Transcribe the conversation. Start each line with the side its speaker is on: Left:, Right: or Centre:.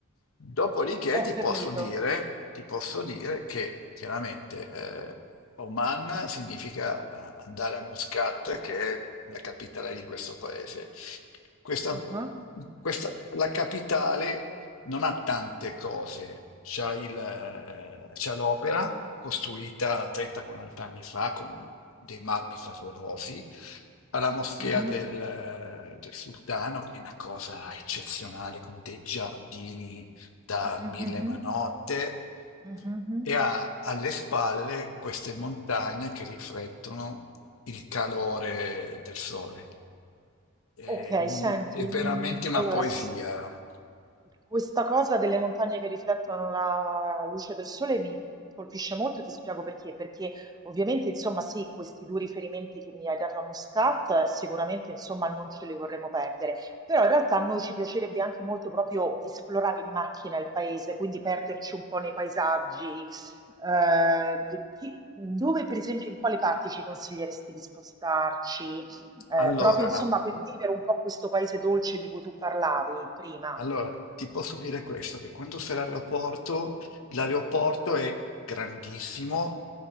Left: Dopodiché
Right: Ho
Left: ti
Right: capito.
Left: posso dire, ti posso dire che chiaramente eh, Oman significa eh, andare a Muscat, che è la capitale di questo paese. Questa,
Right: Ah,
Left: questa- la capitale non ha tante cose. C'ha il, eh, c'ha l'opera costruita 30-40 anni fa con dei marmi favolosi alla moschea
Right: mhm,
Left: del, del sultano, che è una cosa eccezionale, con dei giardini da
Right: mhm,
Left: mille
Right: mhm,
Left: e una notte,
Right: mhm, mhm. mhm.
Left: e ha alle spalle queste montagne che riflettono il calore del sole. È,
Right: Ok,
Left: un-
Right: senti,
Left: è veramente
Right: mm,
Left: una
Right: allora
Left: poesia.
Right: sì, questa cosa delle montagne che riflettono la luce del sole mi colpisce molto e ti spiego perché, perché ovviamente insomma sì, questi due riferimenti che mi hai dato a Muscat eh, sicuramente insomma non ce li vorremmo perdere, però in realtà a noi ci piacerebbe anche molto proprio esplorare in macchina il paese, quindi perderci un po' nei paesaggi, eh, chi- dove per esempio in quali parti ci consiglieresti di spostarci? Eh,
Left: Allora,
Right: proprio insomma per vivere un po' questo paese dolce di cui tu parlavi prima.
Left: Allora, ti posso dire questo, che quando sei all'aeroporto, l'aeroporto è grandissimo